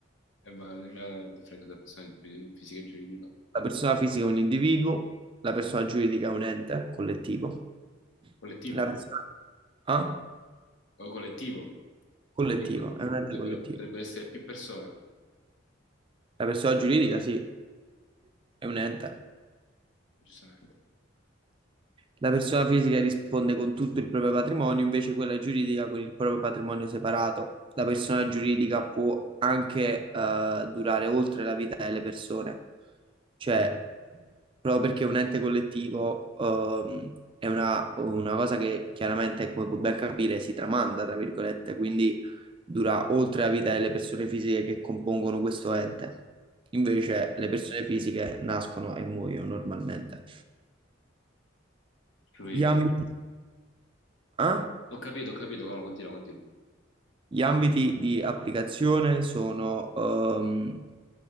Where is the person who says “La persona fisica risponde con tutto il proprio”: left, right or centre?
Right